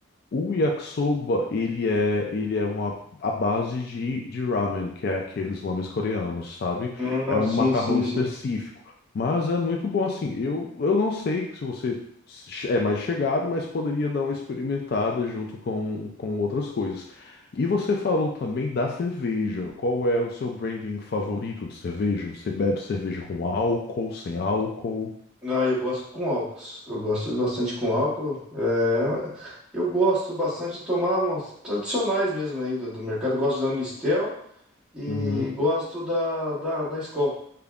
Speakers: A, on the left; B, in the centre.
A: O yakisoba, ele é, ele é uma a base de, de ramen, que é aqueles lames coreanos, sabe?
B: Ah,
A: É um
B: sim,
A: macarrão
B: sim,
A: específico,
B: sim.
A: mas é muito bom assim. Eu, eu não sei se você é mais chegado, mas poderia dar uma experimentada junto com, com outras coisas. E você falou também da cerveja. Qual é o seu branding favorito de cerveja? Você bebe cerveja com álcool, sem álcool?
B: Ah, eu gosto com álcool. Eu gosto bastante com álcool. É, eu gosto bastante de tomar umas tradicionais mesmo aí do, do mercado. Gosto da Mistel e
A: Uhum.
B: gosto da, da, da Skol.